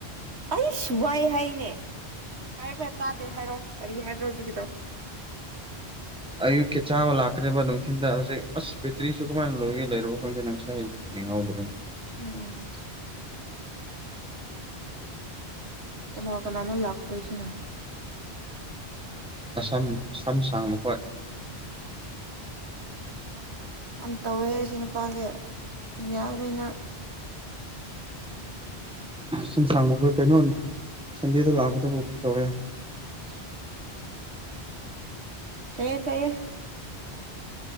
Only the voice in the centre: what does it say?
ꯑꯌꯨꯛꯀꯤ ꯆꯥꯕ ꯂꯥꯛꯀꯅꯦꯕ ꯅꯨꯡꯊꯤꯟꯗ ꯍꯧꯖꯤꯛ ꯑꯁ ꯕꯦꯇ꯭ꯔꯤꯁꯨ ꯀꯃꯥꯏꯟ ꯂꯣꯏꯒꯦ ꯂꯩꯔꯕ‌ꯣ ꯈꯪꯗꯦꯅ‌ꯦ ꯉꯁꯥꯏ ꯌꯦꯡꯍꯧꯗ꯭ꯔꯦꯟ
ꯑꯁꯝ ꯁꯝ ꯁꯥꯡꯕ ꯈ‌ꯣꯏ
ꯁꯨꯝ <unintelligible> ꯀꯩꯅꯣ ꯁꯟꯗꯦꯗ ꯂꯥꯛꯄꯗꯕꯨ ꯀ꯭ꯔꯤ ꯇꯧꯔꯦ